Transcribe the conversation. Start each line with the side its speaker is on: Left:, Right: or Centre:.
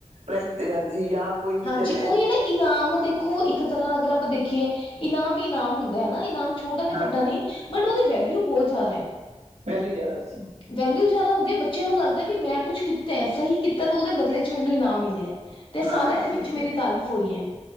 Right: ਪ੍ਰਾਈਜ਼ ਦਿੱਤੇ ਜਾਂਦੇ ਸੀ ਜਾਂ ਕੋਈ
Left: ਹਾਂਜੀ,
Right: ਜ
Left: ਉਹੀ ਏ ਨਾ ਇਨਾਮ ਦੇ ਖੋ ਇੱਕ ਤਰ੍ਹਾਂ ਅਗਰ ਆਪਾਂ ਦੇਖੀਏ ਇਨਾਮ, ਇਨਾਮ ਹੁੰਦਾ ਹੈਨਾ ਇਨਾਮ ਛੋਟਾ ਜਾ
Right: ਹਾਂ
Left: ਵੱਡਾ ਨੀ ਬਟ ਔਦੀ ਵੈਲਿਊ ਬਹੁਤ ਜਾਦਾ।
Right: ਵੈਲੂ ਜ਼ਿਆਦਾ ਸੀ
Left: ਵੈਲਊ ਜਾਦਾ ਹੁੰਦੀ ਆ ਬੱਚ ਬੱਚੇ ਨੂੰ ਲੱਗਦਾ ਵੀ ਮੈਂ ਕੁੱਛ ਕੀਤਾ, ਸਹੀ ਕੀਤਾ ਤੇ ਉਦੇ ਬਦਲੇ ਚ ਮੈਨੂੰ ਇਨਾਮ ਮਿਲਿਆ ਤੇ ਸਾਰਿਆਂ
Right: ਹਾਂ
Left: ਦੇ
Right: ਬਿਲਕੁਲ
Left: ਵਿੱਚ ਮੇਰੀ ਤਾਰੀਫ਼ ਹੋਈ ਐ।